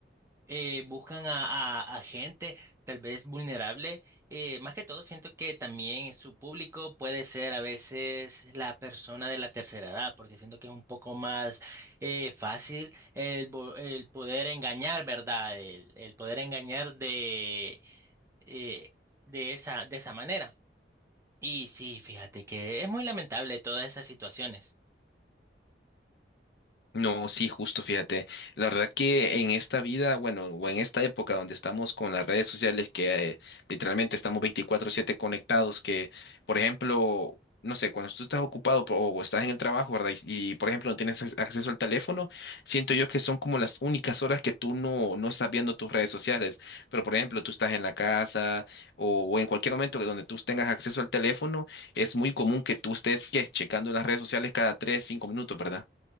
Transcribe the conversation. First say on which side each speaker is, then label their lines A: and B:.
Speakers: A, on the right; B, on the left.
A: eh, buscan a, a- a gente tal vez vulnerable. Eh, más que todo, siento que también su público puede ser a veces la persona de la tercera edad, porque siento que es un poco más eh, fácil el, bo- el poder engañar, ¿verdad? El, el poder engañar de, eh, de esa, de esa manera. Y sí, fíjate que es muy lamentable todas esas situaciones.
B: No, sí, justo, fíjate. La verdad que en esta vida, bueno, o en esta época donde estamos con las redes sociales, que eh, literalmente estamos 24/7 conectados, que, por ejemplo, no sé, cuando tú estás ocupado po- o estás en el trabajo, ¿verdad? Y, y, por ejemplo, no tienes ac- acceso al teléfono, siento yo que son como las únicas horas que tú no, no estás viendo tus redes sociales. Pero, por ejemplo, tú estás en la casa o, o en cualquier momento que donde tú tengas acceso al teléfono, es muy común que tú estés, ¿qué? Checando las redes sociales cada 3, 5 minutos, ¿verdad?